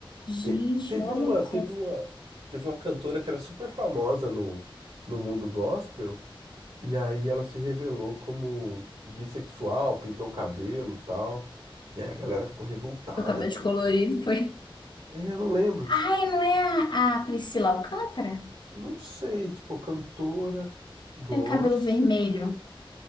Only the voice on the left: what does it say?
Gente,
olha
aqui.
Do cabelo
descolorido
foi.
Ai, não é a, a Priscila Alcântara?
Tem cabelo vermelho.